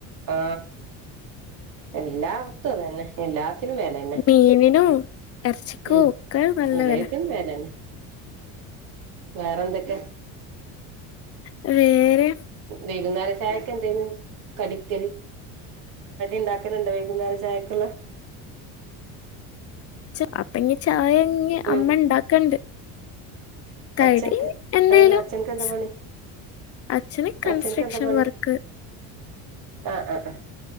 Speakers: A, on the right (about 60°); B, on the left (about 40°).
A: ആ, എല്ലാട്ത്തും. അതന്നെ. എല്ലാ ത്തിനും. വേലന്നെ.
B: മീനിനും എറച്ചിക്കും
A: മ്.
B: ഒക്കെ നല്ല
A: എല്ലെത്തിനും
B: വെല
A: വേലന്നെ. വേറെ. എന്തൊക്കെ
B: ഹ്, വേറെം
A: വൈകുന്നേര ചായക്കെന്തേന്ന് കടിക്കൽ കടി. ണ്ടാക്കലുണ്ട. വൈകുന്നേര ചായക്ക്ള്ള
B: ച്. അപ്പഞ്ഞി. ചായങ്ങ്യ.
A: ഉം
B: അമ്മ ണ്ടാക്കണ്ട് കടി.
A: അച്ഛൻക്ക്
B: എന്തെേലും.
A: ആഹ് അച്ഛൻക്ക് എന്താ
B: സ്
A: പണി
B: അച്ചന്. കൺസ്ട്രക്ഷൻ.
A: അച്ഛൻക്ക് എന്താ പണി
B: വർക്ക്
A: ആഹ് ആഹ് ആഹ്